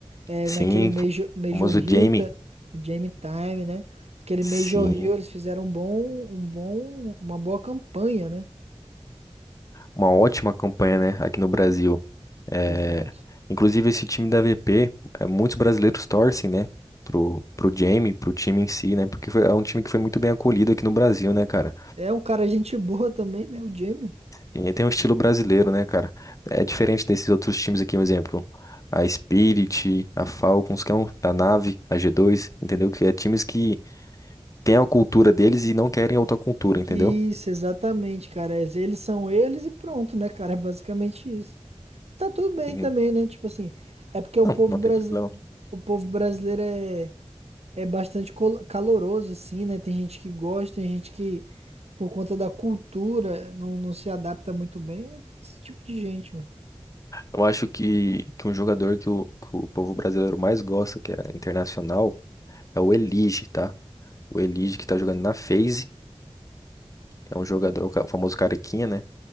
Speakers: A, on the right; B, on the left.
A: É,
B: Sim,
A: naquele Major, Major
B: o famoso
A: Hill,
B: Jamie.
A: ta- o Jamie Time, né? Aquele
B: Sim.
A: Major Hill, eles fizeram um bom, um bom, uma boa campanha, né?
B: uma ótima campanha, né, aqui no Brasil. É,
A: Exato.
B: inclusive, esse time da VP, é, muitos brasileiros torcem, né, pro, pro Jamie, pro time em si, né, porque foi- é um time que foi muito bem acolhido aqui no Brasil, né, cara.
A: É um cara <laughs> gente boa também, né? O Jamie.
B: E tem um estilo brasileiro, né, cara? É diferente desses outros times aqui, por exemplo. A Spirit, a Falcons, que é um, a Nave, a g dois entendeu? Que é times que têm a cultura deles e não querem outra cultura, entendeu?
A: Isso, exatamente, cara. É, Eles são eles e pronto, né, cara? É basicamente isso. Tá tudo bem
B: E-
A: também, né? Tipo assim, é porque o
B: não,
A: povo
B: não
A: brasileiro,
B: tem problema.
A: o povo brasileiro é é bastante col- caloroso, assim, né? Tem gente que gosta, tem gente que, por conta da cultura, não, não se adapta muito bem. Tem esse tipo de gente, mano.
B: Eu acho que, que um jogador que o, que o povo brasileiro mais gosta, que é internacional, é o Elige, tá? O Elige que tá jogando na FaZe, é um jogador, o ca- o famoso carequinha, né?